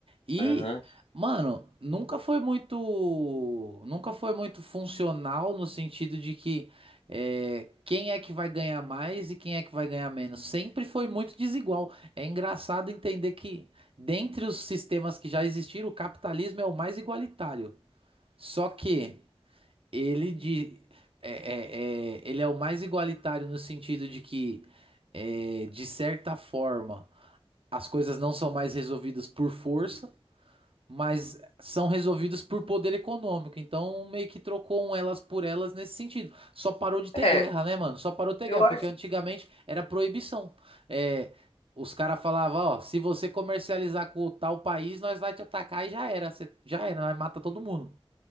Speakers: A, on the right; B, on the left.
A: E,
B: aham.
A: mano, nunca foi muito, nunca foi muito funcional no sentido de que é, quem é que vai ganhar mais e quem é que vai ganhar menos. Sempre foi muito desigual. É engraçado entender que, dentre os sistemas que já existiram, o capitalismo é o mais igualitário. Só que ele de, é, é, é- ele é o mais igualitário no sentido de que, é, de certa forma, as coisas não são mais resolvidas por força mas são resolvidos por poder econômico. Então, meio que trocou um elas por elas nesse sentido. Só parou de ter
B: É,
A: guerra, né, mano? Só parou de ter
B: eu
A: guerra, porque
B: acho.
A: antigamente era proibição. É, os caras falavam, ó, se você comercializar com tal país, nós vai te atacar e já era. Você, já era, nós mata todo mundo.